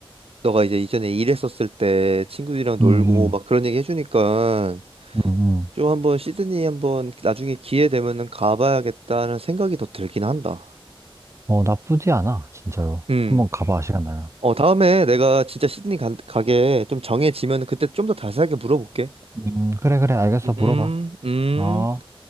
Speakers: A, on the right (about 85°); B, on the right (about 30°).
A: 너가 이제 이전에 일했었을 때 친구들이랑 놀고
B: 음, 음,
A: 막 그런 얘기 해주니까
B: 음, 음.
A: 좀 한번 시드니 한번 나중에 기회 되면은 가봐야겠다는 생각이 더 들긴 한다.
B: 어, 나쁘지 않아, 진짜로.
A: 음.
B: 한번 가봐, 시간 나면.
A: 어, 다음에 내가 진짜 시드니 가, 게좀 정해지면 그때 좀 더 자세하게 물어볼게.
B: 음, 그래, 그래, 알겠어, 물어봐.
A: 음, 음.
B: 어.